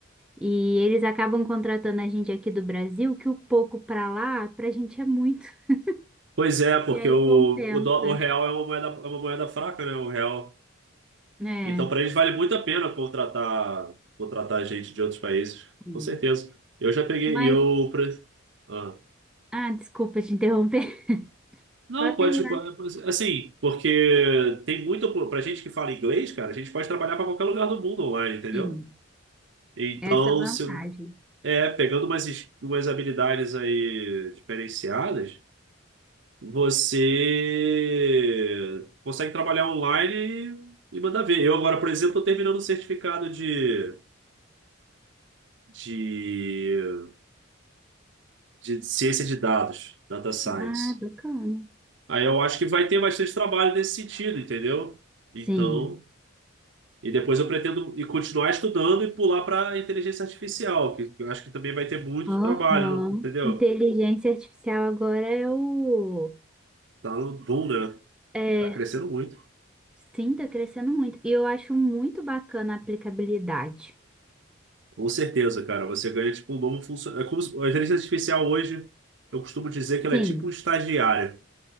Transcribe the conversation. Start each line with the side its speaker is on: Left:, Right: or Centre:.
Centre: E eles acabam contratando a gente aqui do Brasil, que o pouco pra lá, pra gente é muito. <laughs>
Right: Pois é, porque
Centre: E aí
Right: o,
Centre: compensa.
Right: o, dó- o real é uma moeda, é uma moeda fraca, né? O real.
Centre: É,
Right: Então, para eles vale muito a pena contratar, contratar gente de outros países,
Centre: sim.
Right: com certeza. Eu já peguei,
Centre: Mas,
Right: e eu. pre- Ah.
Centre: ah, desculpa te interromper. <laughs>
Right: Não,
Centre: Pode
Right: pode,
Centre: terminar.
Right: pode- assim, porque tem muito, pra gente que fala inglês, cara, a gente pode trabalhar para qualquer lugar do mundo online, entendeu?
Centre: Sim,
Right: Então,
Centre: essa é a vantagem.
Right: se, é, pegando umas, es- umas habilidades aí diferenciadas, você consegue trabalhar online e, e mandar ver. Eu agora, por exemplo, estou terminando um certificado de, de, de ciência de dados, data science.
Centre: Ah, bacana.
Right: Aí eu acho que vai ter bastante trabalho nesse sentido, entendeu? Então,
Centre: Sim.
Right: e depois eu pretendo e continuar estudando e pular para inteligência artificial, que que eu acho que também vai ter muito
Centre: Aham.
Right: trabalho, entendeu?
Centre: Inteligência artificial agora é o.
Right: Tá no boom, né?
Centre: É,
Right: Tá crescendo muito.
Centre: sim, tá crescendo muito. E eu acho muito bacana a aplicabilidade.
Right: Com certeza, cara. Você ganha tipo um novo funcionário. É como se- a inteligência artificial hoje, eu costumo dizer que ela
Centre: Sim.
Right: é tipo um estagiário